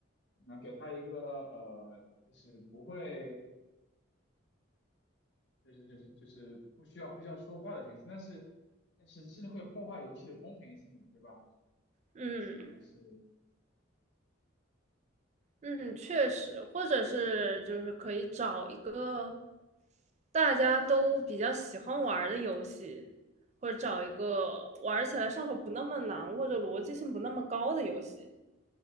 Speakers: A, on the left; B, on the right.
A: 那给他一个呃就是不会就是就是就是不需要不需要说话的角色，但是但是这是会破坏游戏的公平性的对吧？
B: 嗯，
A: 所以还是
B: 嗯，确实，或者是就是可以找一个大家都比较喜欢玩儿的游戏，或者找一个玩起来上手不那么难，或者逻辑性不那么高的游戏，